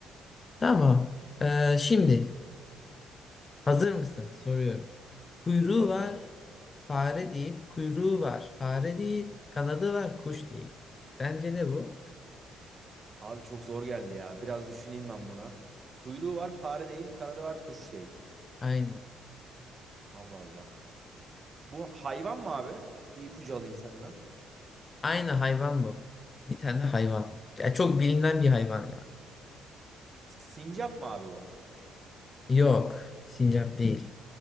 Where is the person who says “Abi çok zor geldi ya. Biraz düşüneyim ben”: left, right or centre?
Right